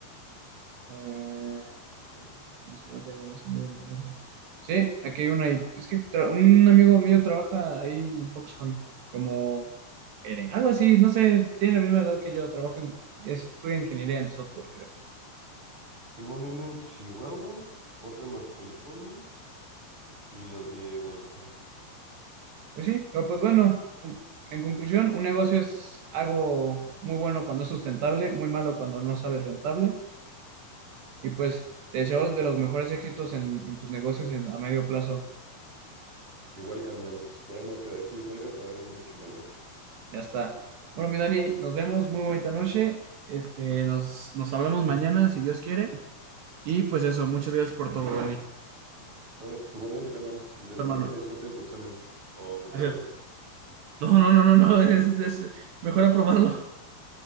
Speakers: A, on the right; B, on the right.
A: Eh,
B: Vamos a ver.
A: no tengo en ese día, no tengo. Sí, aquí hay una. ahí. Es que tra- un amigo mío trabaja ahí en Foxconn como gerente, algo así, no sé, tiene la misma edad que yo, trabaja en, estudia ingeniería en software, creo.
B: Simón, hay una en Chihuahua, otra en Baja California y las de Guadalajara.
A: Pues sí, pero pues bueno, en conclusión, un negocio es algo muy bueno cuando es sustentable, muy malo cuando no sale rentable. Y pues te deseo de los mejores éxitos en, en tus negocios en- a medio plazo.
B: Igual, carnal, esperemos que de aquí salga para algo mucho mayor.
A: Ya está. Bueno, mi Dani, nos vemos, muy bonita noche. Este, nos, nos hablamos mañana, si Dios quiere. Y pues eso, muchas gracias por todo, Dani.
B: Sobres. Igualmente, carnal, descansa
A: Tu hermano.
B: y suerte en tu examen. O repruébalo.
A: Gracias. No, no, no, no, no, <laughs> es, es mejor aprobarlo.